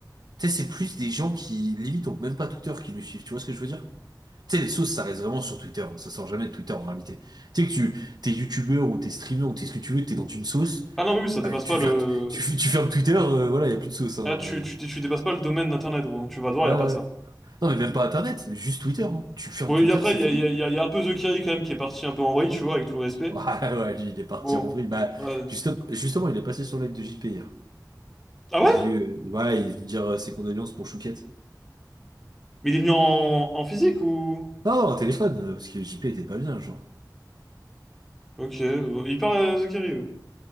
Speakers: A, on the right (about 70°); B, in the centre.
A: Tu sais, c'est plus des gens qui, limite, ont même pas Twitter qui le suivent, tu vois ce que je veux dire? Tu sais, les sauces, ça reste vraiment sur Twitter, hein, ça sort jamais de Twitter en réalité. Tu sais que tu, t'es youtubeur ou t'es streamer ou t'es ce que tu veux, t'es dans une sauce,
B: Ah non, mais oui, ça dépasse
A: ah, et tu
B: pas le.
A: fermes, tu, tu fermes Twitter, euh, voilà, il y a plus de sauce, hein,
B: Ah, tu,
A: euh.
B: tu, tu dépasses pas le domaine d'Internet, gros. hein. Tu vas devoir,
A: ouais,
B: y a pas
A: ouais.
B: de ça.
A: Non, mais même pas Internet, juste Twitter, hein. Tu fermes
B: Bon,
A: Twitter,
B: et après,
A: c'est
B: il y
A: fini.
B: a, y a- y a- y a un peu The Kerry quand même qui est parti un peu en vrille, tu vois, avec tout le respect.
A: Ouais, ouais, lui, il est parti
B: Bon.
A: en vrille. Bah,
B: ouais.
A: justement, justement, il est passé sur l'aide de JP hier.
B: Ah ouais?
A: Il est venu, euh, ouais, il est venu dire euh, ses condoléances pour Chouquette.
B: Mais il est venu en, en physique ou.
A: Non, non, au téléphone, euh, parce que JP était pas bien, genre.
B: Ok, ouais, il parle à The Kerry, ouais.